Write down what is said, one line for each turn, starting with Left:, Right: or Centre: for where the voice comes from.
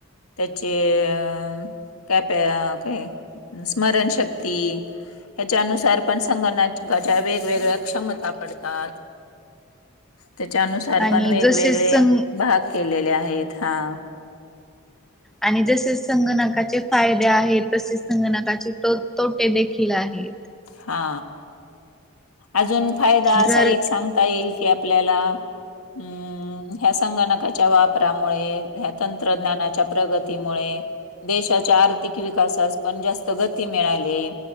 Left: त्याचे अ का प काय स्मरणशक्ती. याच्यानुसार पण संगणच्या वेगवेगळ्या क्षमता पडतात. त्याच्यानुसार
Centre: आणि
Left: पण वेगवेगळे
Centre: जसे सं
Left: भाग केलेले आहेत हा.
Centre: आणि जसे संगणकाचे फायदे आहेत तसेच संगणकाचे तो तोटे देखील केला आहेत.
Left: हा आजून फायदा असा
Centre: जर
Left: एक सांग ता येईल की आपल्याला हुं ह ह्या संगणकाच्या वापरामुळे ह तंत्रज्ञानाच्या प्रगतीमुळे. देशाच्या आर्थिक विकासा पण जास्त गती मिळाली